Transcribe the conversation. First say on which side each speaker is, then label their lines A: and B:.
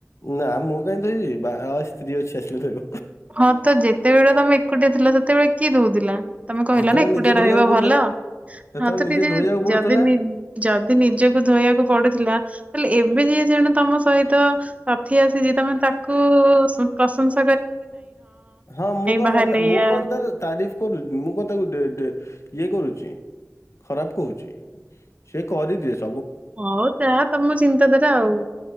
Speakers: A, on the left (about 60°); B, on the right (about 25°).
A: ନା ମୁଁ କାହିଁ ଧୋଇବି ବା ଆ, ସ୍ତ୍ରୀ ଅଛି ଆସିଲେ ଧୋଇବ।
B: ହଁ ତ ଯେତେବେଳେ ତମେ ଏକୁଟିଆ ଥିଲା ସେତେବେଳେ କିଏ ଦଉଥିଲା ତମେ କହିଲ
A: ସେତେବେଳେ
B: ନା ଏକୁଟିଆ
A: ନିଜେ ଧୋଇବାକୁ
B: ରହିବା
A: ପଡୁଥିଲା
B: ଭଲ
A: ସେତେବେଳେ
B: ହଁ ତ ନିଜେ
A: ଧୋଇବାକୁ
B: ଯ
A: ପଡୁଥିଲା
B: ଯଦି ନି ଯଦି ନିଜକୁ ଧୋଇବାକୁ ପଢୁଥିଲା ତାହେଲେ ଏବେ ଯିଏ ଜଣେ ତମ ସହିତ ସାଥି ଆସିଛି ତମେ ତାକୁ ପ୍ରଂସ
A: ହଁ ମୁଁ କଣ
B: ବାହାରିଲେ
A: ମନେ ମୁଁ
B: ଏଇଆ
A: କଣ ତାର ତାରିଫ କରୁଛି ମୁଁ କଣ ତାକୁ ଡେ ଡେ ଇଏ କରୁଛି ଖରାପ କହୁଛି। ସିଏ କରିଦିଏ ସ
B: ହଉ ଯାହା ତମ ଚିନ ଧାରା ଆଉ।